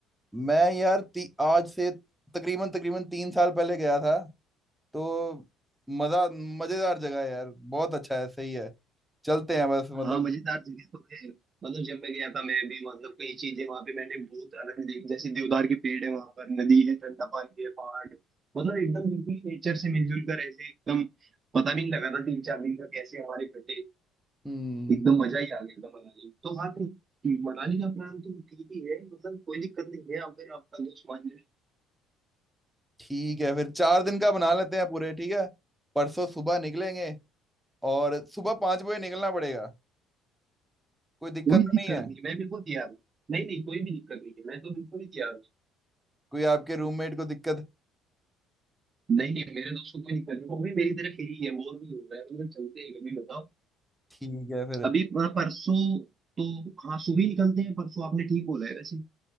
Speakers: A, in the centre; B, on the right (about 40°).
A: मैं यार ती, आज से तकरीबन तकरीबन तीन साल पहले गया था तो मजा मजेदार जगह है यार बहुत अच्छा है सही है चलते हैं बस मतलब
B: हाँ मजेदार जगह तो है मतलब जब मैं गया था मैं भी मतलब कई चीजें वहां पे मैंने बहुत अलग देखी जैसे देवदार के पेड़ है वहां पर नदी है ठंडा पानी है पहाड़ है। मतलब एकदम बिल्कुल नेचर से मिलजुल कर ऐसे एकदम पता भी नहीं लगा था तीन चार दिन का कैसे हमारे कटे
A: हम्म
B: एकदम मजा ही आ गया एकदम मनाली में। तो हाँ तो मनाली का प्लान तो ठीक ही है मतलब कोई दिक्कत नहीं है अगर आपका दोस्त मान जाए
A: ठीक है फिर चार दिन का बना लेते हैं पूरे ठीक है परसों सुबह निकलेंगे और सुबह पाँच बजे निकलना पड़ेगा कोई दिक्कत
B: कोई
A: तो
B: दिक्कत
A: नहीं है
B: नहीं मैं बिल्कुल तैयार हूँ नहीं नहीं कोई भी दिक्कत नहीं है मैं तो बिल्कुल ही तैयार हूँ
A: कोई आपके रूममेट को दिक्कत
B: नहीं नहीं मेरे दोस्त को कोई दिक्कत नहीं वो भी मेरी तरह फ्री है बोर भी हो रहा है मतलब चलते हैं कभी बताओ
A: ठीक है फिर
B: अभी अ, परसों तो हाँ सुबह ही निकलते हैं परसों आपने ठीक बोला है वैसे